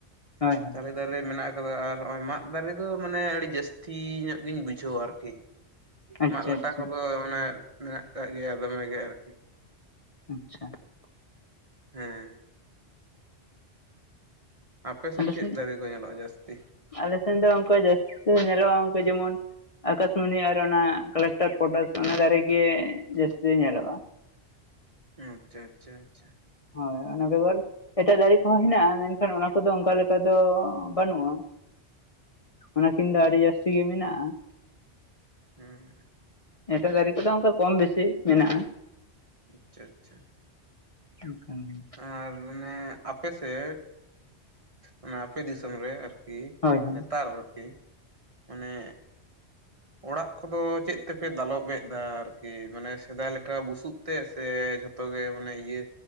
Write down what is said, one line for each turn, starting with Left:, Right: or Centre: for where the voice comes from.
Left: ᱦᱳᱭ ᱻᱦᱳᱭ
Right: ᱛᱟᱞᱮ ᱫᱟᱨᱮ ᱢᱮᱱᱟᱜ ᱟᱠᱟᱫᱟ ᱟᱨ ᱱᱚᱜᱼᱚᱭ ᱢᱟᱜ ᱫᱟᱨᱮ ᱫᱚ ᱢᱟᱱᱮ ᱟᱹᱰᱤ ᱡᱟᱹᱥᱛᱤ ᱛᱤᱦᱤᱱᱚ ᱧᱚᱜ ᱜᱤᱧ ᱵᱩᱡᱷᱟᱹᱣᱟ ᱟᱨᱠᱤ
Left: ᱟᱪᱪᱷᱟ
Right: ᱢᱟᱜ ᱞᱟᱴᱟ
Left: ᱟᱪᱪᱷᱟ
Right: ᱠᱚᱫᱚ ᱚᱱᱮ ᱢᱮᱱᱟᱜ ᱠᱟᱜ ᱜᱮᱭᱟ ᱫᱚᱢᱮ ᱮᱜᱮᱨ
Left: ᱟᱪᱷᱟ ᱾
Right: ᱦᱮᱸ᱾ ᱟᱯᱮᱥᱮᱜ
Left: ᱟᱞᱮ
Right: ᱪᱮᱫ
Left: ᱥᱮᱱ
Right: ᱫᱟᱨᱮ ᱠᱚ ᱧᱮᱞᱚᱜᱼᱟ ᱡᱟᱹᱥᱛᱤ
Left: ᱟᱞᱮ ᱥᱮᱱ ᱫᱚ ᱚᱱᱠᱟ ᱡᱟᱥᱛᱤ ᱧᱮᱞᱚᱜᱼᱟ ᱡᱮᱢᱚᱱ ᱟᱠᱟᱥᱢᱚᱱᱤ ᱟᱨ ᱚᱱᱟ ᱠᱟᱞᱮᱠᱴᱟᱨ ᱯᱷᱳᱴᱚᱥ ᱚᱱᱟ ᱫᱟᱨᱮ ᱜᱮ ᱡᱟᱹᱥᱛᱤ ᱧᱮᱞᱚᱜᱼᱟ ᱾
Right: ᱟᱪᱪᱷᱟ ᱟᱪᱪᱷᱟ ᱟᱪᱪᱷᱟ ᱾
Left: ᱦᱳᱭ ᱚᱱᱟ ᱵᱮᱜᱚᱨ ᱮᱴᱟᱜ ᱫᱟᱨᱮ ᱠᱚᱦᱚᱸ ᱦᱮᱱᱟᱜᱼᱟ ᱢᱮᱱ ᱠᱷᱟᱱ ᱚᱱᱟ ᱠᱚᱫᱚ ᱚᱱᱠᱟ ᱞᱮᱠᱟ ᱫᱚ ᱵᱟᱹᱱᱩᱜᱼᱟ ᱾ ᱚᱱᱟ ᱠᱤᱱ ᱫᱚ ᱟᱰᱤ ᱡᱟᱹᱟᱥᱛᱤ ᱜᱤ ᱢᱮᱱᱟᱜᱼᱟ ᱾
Right: ᱦᱮᱸ ᱾
Left: ᱮᱴᱟᱜ ᱫᱟᱨᱮ ᱠᱚᱫᱚ ᱚᱱᱠᱟ ᱠᱚᱢ ᱵᱮᱥᱤ ᱢᱮᱱᱟᱜᱼᱟ ᱾
Right: ᱟᱪᱪᱷᱟ ᱟᱪᱪᱷᱟ ᱾
Left: ᱚᱱᱠᱟᱱ ᱜᱮ᱾
Right: ᱟᱨ ᱚᱱᱮ ᱟᱯᱮ ᱥᱮᱫ ᱚᱱᱟ ᱟᱯᱮ ᱫᱤᱥᱚᱢ ᱨᱮ ᱠᱤ
Left: ᱦᱳᱭ ᱦᱳᱭ
Right: ᱱᱮᱛᱟᱨᱜᱤ ᱚᱱᱮ
Left: <inaudible> <unintelligible>
Right: ᱚᱲᱟᱜ ᱠᱚᱫᱚ ᱪᱮᱫ ᱛᱮᱯᱮ ᱫᱟᱞᱚᱵ ᱮᱫᱟ ᱟᱨᱠᱤ ᱢᱟᱱᱮ ᱥᱮᱫᱟᱹᱭ ᱞᱮᱠᱟ ᱵᱩᱥᱩᱵ ᱛᱮ ᱥᱮ ᱡᱷᱚᱛᱚ ᱜᱮ ᱢᱟᱱᱮ ᱤᱭᱟᱹ